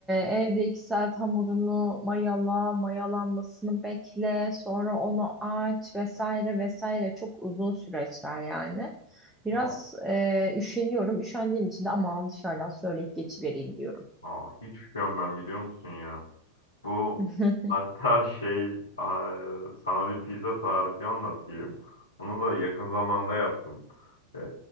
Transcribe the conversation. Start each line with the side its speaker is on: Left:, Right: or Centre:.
Centre: evde iki saat hamurunu mayala, mayalanmasını bekle, sonra onu aç vesaire vesaire çok uzun süreçler yani. Biraz
Left: Aa,
Centre: e, üşeniyorum. Üşendiğim için de aman dışarıdan söyleyip geçivereyim diyorum.
Left: aa, hiç üşenmem biliyor musun ya? Bu
Centre: <laughs>
Left: hatta <laughs> şey aa, sana bir pizza tarifi anlatayım. Bunu da yakın zamanda yaptım. e,